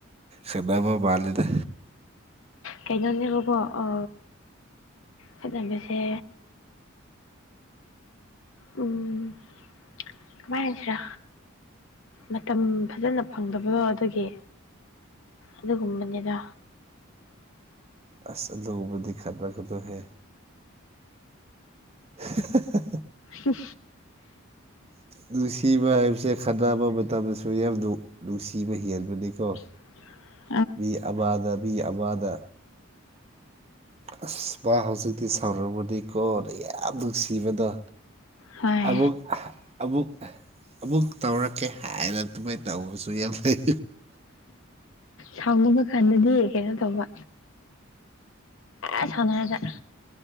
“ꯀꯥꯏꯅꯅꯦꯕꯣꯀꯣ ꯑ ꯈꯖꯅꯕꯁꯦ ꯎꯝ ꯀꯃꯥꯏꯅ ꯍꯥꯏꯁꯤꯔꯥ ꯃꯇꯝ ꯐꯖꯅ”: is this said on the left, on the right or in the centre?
Left